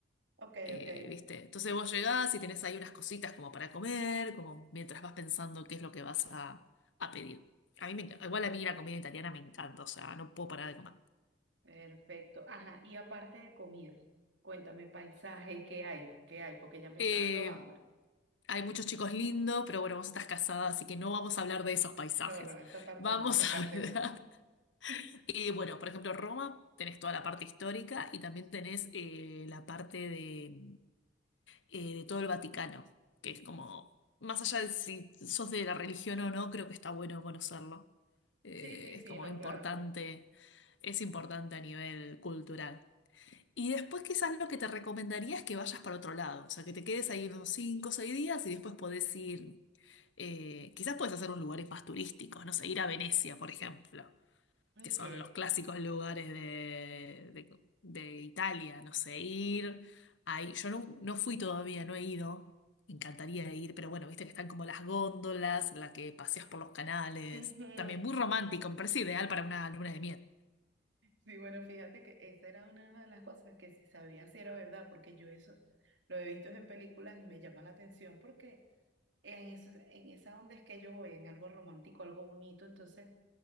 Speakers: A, on the right; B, on the left.
A: Ok,
B: Eh,
A: ok.
B: ¿viste? Entonces vos llegás y tenés ahí unas cositas como para comer, como mientras vas pensando qué es lo que vas a, a pedir. A mí me enc- igual a mí la comida italiana me encanta, o sea, no puedo parar de comer.
A: Perfecto. Ajá. Y aparte de comidas, cuéntame paisajes, ¿qué hay? ¿Qué hay? Porque ya me
B: Eh,
A: está dando hambre.
B: hay muchos chicos lindos, pero bueno, vos estás casada, así que no vamos a hablar de esos paisajes.
A: No, no, esa parte
B: Vamos
A: no, esa
B: a
A: parte
B: <laughs> hablar.
A: no. <laughs>
B: Y bueno, por ejemplo, Roma, tenés toda la parte histórica y también tenés eh, la parte de eh, de todo el Vaticano, que es como, más allá de si sos de la religión o no, creo que está bueno conocerlo. Eh,
A: Sí, sí,
B: es
A: sí,
B: como
A: no,
B: importante,
A: claro. Me...
B: es importante a nivel cultural. Y después quizás lo que te recomendaría es que vayas para otro lado, o sea, que te quedes ahí unos 5 o 6 días y después podés ir, eh, quizás puedes hacer unos lugares más turísticos, no sé, ir a Venecia, por ejemplo
A: Ok.
B: que son los clásicos lugares de, de- de Italia, no sé, ir ahí. Yo no, no fui todavía, no he ido. Me encantaría ir, pero bueno, viste que están como las góndolas, la que paseas por los canales.
A: Ujú.
B: También muy romántico, me parece ideal para una luna de miel.
A: Sí, bueno, fíjate que esa era una de las cosas que si sabía si era verdad, porque yo eso lo he visto en películas y me llama la atención porque en eso, en esa onda es que yo voy, en algo romántico, algo bonito, entonces